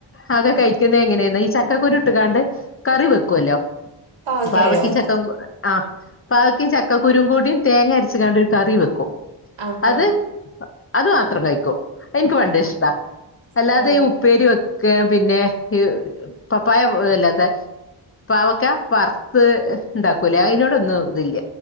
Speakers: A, on the left; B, on the right.
A: ആകെ കഴിക്കുന്ന എങ്ങനെന്ന് ഈ ചക്കക്കുരു ഇട്ടുകാണ്ട് കറി വെക്കുവല്ലോ
B: പാവക്കായോ
A: പാവക്കിൻ ചക്ക ആഹ് പാവക്കിം ചക്കക്കുരു കൂടിയും തേങ്ങ അരച് കാണ്ട് ഒരു കറി വെക്കും
B: ആഹാ
A: അത് അത് മാത്രം കഴിക്കൂ അയ് ഇൻക്ക് പണ്ടേ
B: ആഹാ
A: ഇഷ് താ അല്ലാതെ
B: ഓ
A: ഈ ഉപ്പേരി വെക്ക പിന്നെ ഈ പപ്പായ അല്ലാത്ത പാവക്ക വർത്ത് ഇണ്ടാക്കുലെ അയ്നോടൊന്നും ഇതില്ല